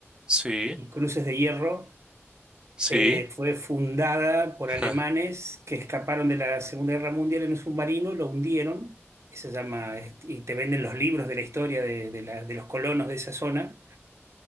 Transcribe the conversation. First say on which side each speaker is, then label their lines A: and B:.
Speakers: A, on the right; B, on the right.
A: Sí,
B: y cruces de hierro.
A: sí,
B: Eh, fue fundada por alemanes
A: ja.
B: que escaparon de la Segunda Guerra Mundial en un submarino, lo hundieron. que Se llama, este, y te venden los libros de la historia de de la- de los colonos de esa zona